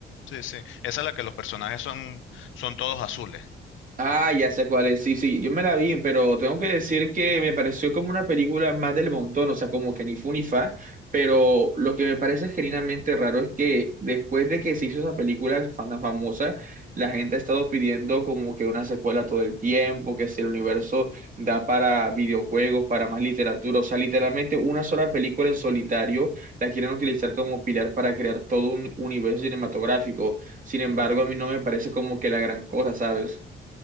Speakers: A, on the left; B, on the right.
A: Sí, sí, esa es la que los personajes son, son todos azules.
B: Ah, ya sé cuál es. Sí, sí, yo me la vi, pero tengo que decir que me pareció como una película más del montón, o sea, como que ni fu ni fa, pero lo que me parece genuinamente raro es que después de que se hizo esa película fan- tan famosa, la gente ha estado pidiendo como que una secuela todo el tiempo, que si el universo da para videojuegos, para más literatura, o sea, literalmente una sola película en solitario la quieren utilizar como pilar para crear todo un universo cinematográfico. Sin embargo, a mí no me parece como que la gran cosa, ¿sabes?